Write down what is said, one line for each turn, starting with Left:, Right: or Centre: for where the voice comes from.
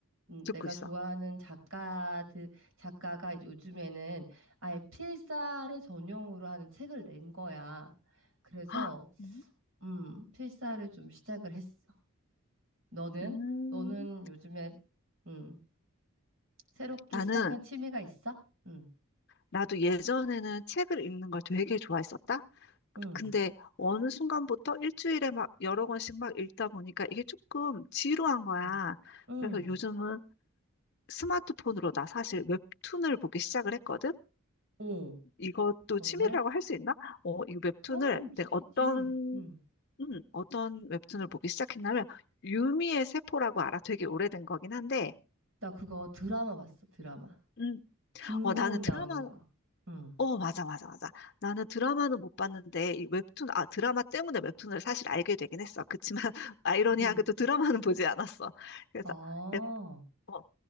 Right: 음,
Left: 듣고
Right: 내가
Left: 있어.
Right: 좋아하는 작가들, 작가가 이제 요즘에는 아예 필사를 전용으로 하는 책을 낸 거야. 그래서
Left: 헉, 음,
Right: 음, 필사를 좀 시작을 했어. 너는?
Left: 음,
Right: 너는 요즘에, 음, 새롭게
Left: 나는
Right: 시작한 취미가 있어? 응,
Left: 나도 예전에는 책을 읽는 걸 되게 좋아했었다.
Right: 응,
Left: 근데 어느 순간부터 일주일에 막 여러 권씩 막 읽다 보니까 이게 조금 지루한 거야.
Right: 응, 응.
Left: 그래서 요즘은 스마트폰으로 나 사실 웹툰을 보기 시작을 했거든.
Right: 오,
Left: 이것도
Right: 정말?
Left: 취미라고 할 수 있나? 어, 이 웹툰을
Right: 그럼 취미지.
Left: 내가 어떤
Right: 응.
Left: 음, 어떤 웹툰을 보기 시작했냐면 유미의 세포라고 알아. 되게 오래된 거긴 한데,
Right: 나 그거 드라마 봤어, 드라마.
Left: 음,
Right: 김고은
Left: 어 나는 드라마,
Right: 나오는 거. 응,
Left: 어 맞아 맞아 맞아. 나는 드라마는 못 봤는데 이 웹툰, 아 드라마 때문에 웹툰을 사실 알게 되긴 했어. 그치만 <laughs> 아이러니하게도
Right: 응.
Left: 드라마는 보지 않았어. 그래서
Right: 아,
Left: 에, 어,